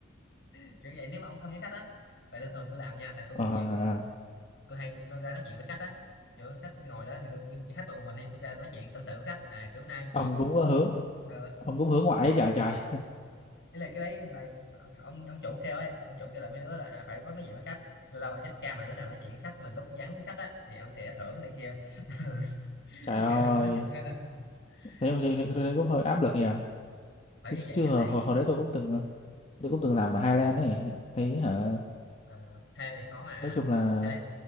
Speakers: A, on the left; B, on the left.
A: <laughs> kiểu vậy nếu mà ông không với khách á tại thường thường tôi làm nha tại tôi
B: Ờ,
A: dạng tôi hay nó ra nói chuyện với khách á kiểu khách ngồi đó thì tôi khách mà một mình thì tôi ra nói chuyện tâm sự với khách à kiểu nay
B: ông
A: chị
B: cũng có hướng
A: ờ
B: ông cũng hướng ngoại ấy trời trời.
A: ý là cái đấy là ông ông chủ kêu ấy ông chủ kêu là mấy đứa là à, phải bắt nói chuyện với khách lâu lâu anh chết ca mà đứa nào nói chuyện với khách mà lúc vắng khách á thì ông sẽ thưởng này kia <laughs>
B: Trời ơi,
A: Kêu nó nói chuyện với khách luôn
B: thế thế,
A: Ừ.
B: thế, thế cũng hơi áp lực nhỉ.
A: phải
B: tôi
A: như vậy
B: chưa
A: thì
B: hồi,
A: mới
B: hồi, hồi đấy tôi cũng
A: Ừ.
B: từng ờ, tôi cũng từng làm ở Highland ấy thấy hả
A: à, Highland thì khó mà
B: nói chung là
A: Highland